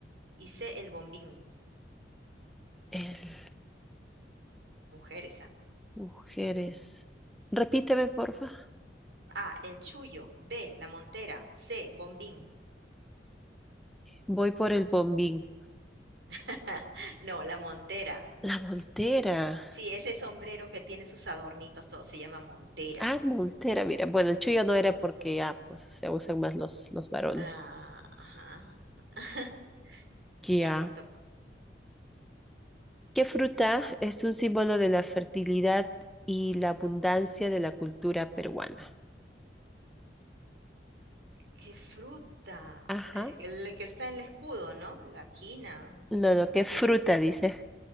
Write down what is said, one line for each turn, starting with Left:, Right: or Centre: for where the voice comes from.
Right: y C, el bombín.
Centre: El-
Right: Mujeres, ¿ah? ¿Eh?
Centre: Mujeres. Repíteme, porfa.
Right: A, el chullo, B, la montera, C, bombín.
Centre: Voy por el bombín.
Right: <laughs> No, la montera.
Centre: La voltera.
Right: Sí, ese sombrero que tiene sus adornitos, todo se llama montera.
Centre: Ah, Montera, mira. Bueno, el chuyo no era porque ya, pues, se usan más los, los varones.
Right: Ah, ajá. <laughs>
Centre: Ya.
Right: Ya te toca.
Centre: ¿Qué fruta es un símbolo de la fertilidad y la abundancia de la cultura peruana?
Right: ¿Qué fruta?
Centre: Ajá.
Right: Eh, El que está en el escudo, ¿no? La quina.
Centre: No, no, ¿qué fruta dice?